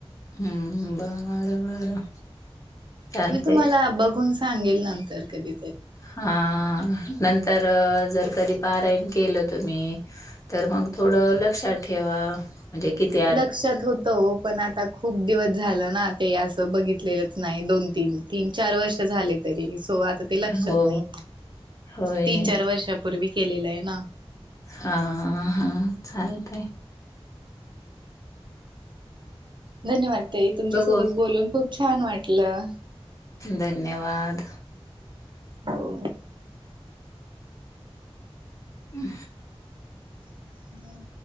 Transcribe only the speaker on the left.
हम् हम बर बरं चालतंय.
हा नंतर जर कधी पारायण केलं तुम्ही तर मग थोडं लक्षात ठेव म्हणजे किती अ
हो,
होय.
हा हा चालतय
बघू.
धन्यवाद
हम